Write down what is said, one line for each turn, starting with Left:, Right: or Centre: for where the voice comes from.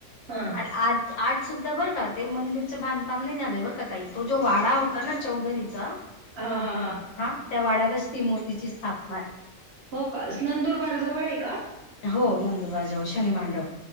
Right: ह.
Left: आणि आज आज सुद्धा बरं का? ते मंदिरचं बांधकाम नाही झालंय बर का ताई. तो जो वाडा होता ना चौधरीचा.
Right: ह ह.
Left: ह. त्या वाड्यातच ती मूर्तीची स्थापनाय.
Right: हो का? नंदुरबार जवळे का?
Left: हो नंदूबार जवळ शनी मांडव.